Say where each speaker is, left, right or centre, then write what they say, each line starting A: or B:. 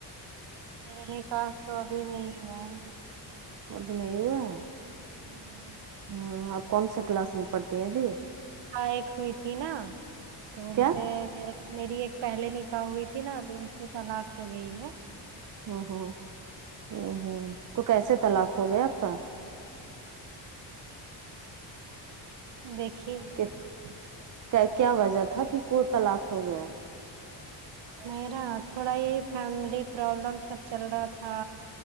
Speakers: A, on the right; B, on the right.
A: میرا نکاح تو ابھی نہیں ہوا ہے
B: ابھی نہیں ہوا
A: ہمم،
B: ہاں آپ کون سے کلاس میں پڑھتی ہیں ابھی
A: ائق ہوئی تھی نا تو ان
B: کیا
A: سے میرے میری ایک پہلے نکاح ہوئی تھی نا تو ان سے طلاق ہو گئی ہے
B: امم امم امم امم تو کیسے طلاق ہو گیا آپ کا
A: دیکھیے
B: کیسے کیا وجہ تھا کہ کو طلاق ہو گیا
A: میرا تھوڑا یہی فیملی پرابلم سب چل رہا تھا